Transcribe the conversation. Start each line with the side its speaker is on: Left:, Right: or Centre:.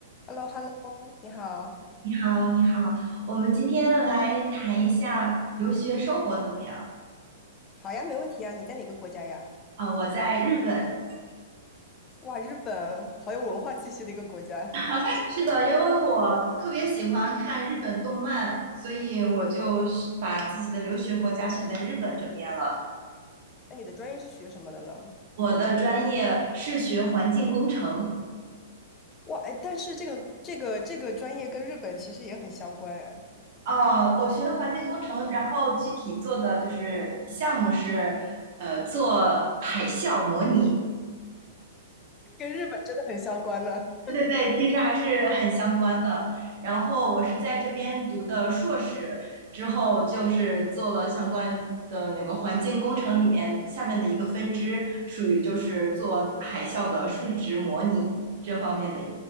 Left: h e l l o h e l l o 你好，
Right: 你好，你好，我们今天来谈一下留学生活怎么样？
Left: 好呀，没问题呀。你在哪个国家呀？
Right: 啊，我在日本。
Left: 哇，日本好有文化气息的一个国家。
Right: <laughs> 是的，因为我特别喜欢看日本动漫，所以我就是把自己的留学国家选在日本这边了。
Left: 那你的专业是学什么的呢？
Right: 我的专业是学环境工程，
Left: 哇，哎，但是这个这个这个专业跟日本其实也很相关哎，
Right: 哦，我学的环境工程，然后具体做的就是项目是，呃，做海啸模拟。
Left: 跟日本真的很相关呢。
Right: 对对对，其实还是很相关的。然后我是在这边读的硕士，之后就是做了相关的那个环境工程里面下面的一个分支，属于就是做海啸的数值模拟这方面的